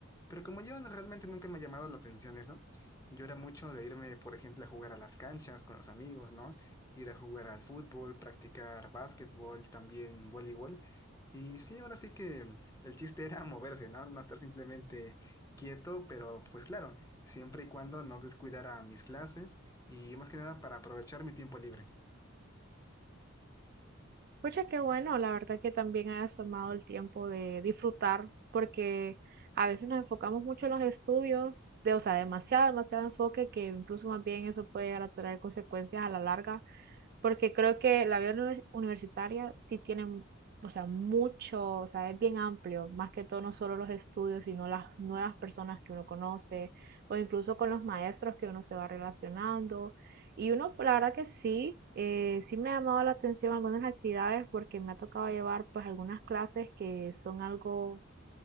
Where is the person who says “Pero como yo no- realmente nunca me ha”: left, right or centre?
Left